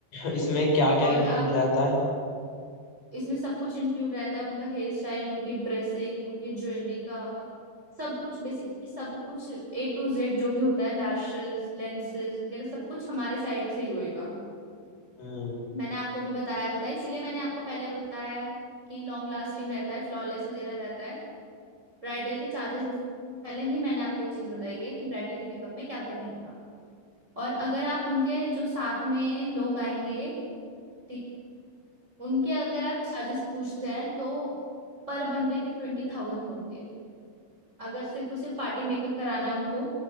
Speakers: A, on the left; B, on the right.
A: इसमें क्या क्या
B: और
A: इंक्लूड
B: आप
A: रहता है
B: इसमें सब कुछ इंक्लूड रहता है उनका हेयर स्टाइल उनकी ड्रेसिंग उनकी ज्वेलरी का सब कुछ बेसिकली सब कुछ ए टू जेड जो भी होता है लाशेस लेंसेस वगैरह सब कुछ हमारे साइड से ही होएगा
A: हम्म
B: मैंने आपको अभी बताया भी था इसीलिए मैंने आपको पहले बताया है कि लॉन्ग लास्टिंग रहता है फ्लॉलेस वगैरह रहता है ब्राइडल के चार्जेस पहले ही मैंने आपको ये चीज बताई है कि ब्राइडल के मेकअप में क्या क्या रहेगा और अगर आप उनके जो साथ में लोग आएंगे ठीक उनके अगर आप चार्जेस पूछते हैं तो पर बंदे के ट्वेंटी थाउजेंड होंगे अगर सिर्फ उसे पार्टी मेकअप कराना है उनको